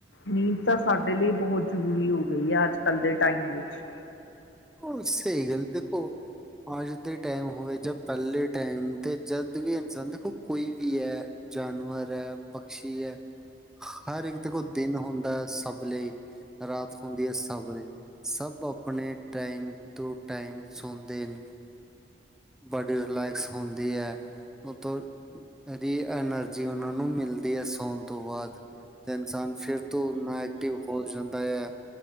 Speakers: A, on the left; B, in the centre.
A: ਨੀਂਦ ਤਾਂ ਸਾਡੇ ਲਈ ਬਹੁਤ ਜ਼ਰੂਰੀ ਹੋ ਗਈ ਹੈ ਅੱਜ ਕੱਲ ਦੇ ਟਾਈਮ ਵਿੱਚ।
B: ਓਹ ਸਹੀ ਗੱਲ ਦੇਖੋ ਅੱਜ ਦੇ ਟਾਈਮ ਹੋਵੇ ਜਾਂ ਪੈਲੇ ਟਾਈਮ ਤੇ ਜਦ ਵੀ ਇਨਸਾਨ ਦੇਖੋ ਕੋਈ ਵੀ ਹੈ ਜਾਨਵਰ ਹੈ ਪਕਸ਼ੀ ਹੈ ਹਰ ਇੱਕ ਦੇਖੋ ਦਿਨ ਹੁੰਦਾ ਹੈ ਸਭ ਲਈ ਰਾਤ ਹੁੰਦੀ ਹੈ ਸਭ ਦੇ ਸਭ ਆਪਣੇ ਟਾਈਮ ਤੋਂ ਟਾਈਮ ਸੌੰਦੇ ਨੇ ਬਾੱਡੀ ਰਿਲੈਕਸ ਹੁੰਦੀ ਹੈ। ਓਤੋ ਰੀ ਐਨਰਜੀ ਉਹਨਾਂ ਨੂੰ ਮਿਲਦੀ ਹੈ ਸੌਣ ਤੋਂ ਬਾਅਦ। ਤੇ ਇਨਸਾਨ ਫੇਰ ਤੋਂ ਉਨਾ ਐਕਟਿਵ ਹੋ ਜਾਂਦਾ ਹੈ।